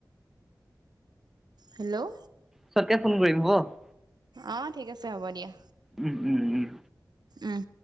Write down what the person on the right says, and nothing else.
হেল্ল'
অ ঠিক আছে হ'ব দিয়া
উম